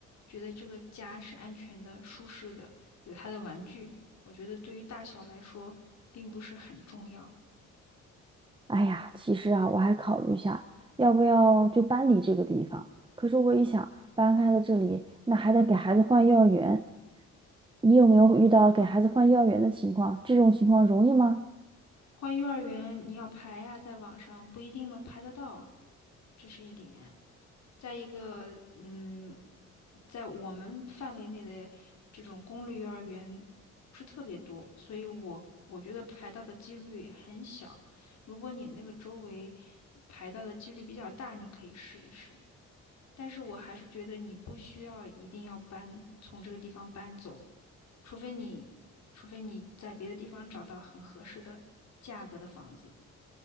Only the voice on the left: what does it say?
觉得这个家是安全的、舒适的，有他的玩具，我觉得对于大小来说并不是很重要。
换幼儿园你要排呀、在网上不一定能排得到，这是一点。再一个，嗯，在我们范围内的这种公立幼儿园不是特别多，所以我我觉得排到的几率很小。如果你那个周围排到的几率比较大，你可以试一试。但是我还是觉得你不需要一定要搬，从这个地方搬走，除非你，除非你在别的地方找到很合适的价格的房子。